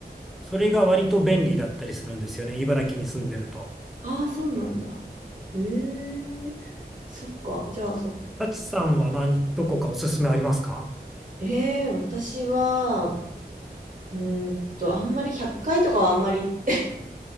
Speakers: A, in the centre; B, on the right.
A: それが割と便利だったりするんですよね。茨城に住んでると。
B: ああ、そうなんだ。へえ、そっか。じゃあ、そ、
A: タチさんは何、どこかおすすめありますか
B: ええ、私は、うーんと、あんまり100回とかはあんまり <laughs>